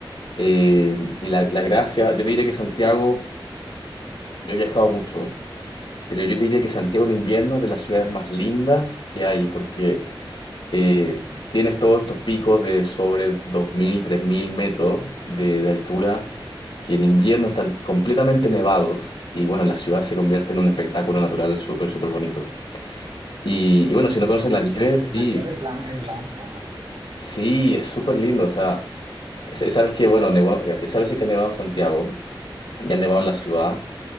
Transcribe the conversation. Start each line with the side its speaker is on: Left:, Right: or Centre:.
Left: Eh, y la, la gracia, yo te diría que Santiago, yo he viajado mucho, pero yo te diría que Santiago en invierno es de las ciudades más lindas que hay, porque eh, tienes todos estos picos de sobre dos mil tres mil metros de, de altura, que en invierno están completamente nevados, y bueno, la ciudad se convierte en un espectáculo natural súper, súper bonito. Y, y bueno, si no conoces
Right: Qué,
Left: la nieve,
Right: qué bon- Y
Left: sí,
Right: la nieve blanca es blanco,
Left: sí, es súper lindo, o sea,
Right: ah,
Left: es- sabes que, bueno, nevó- eh, sabes que ha nevado en Santiago, ya ha nevado en la ciudad.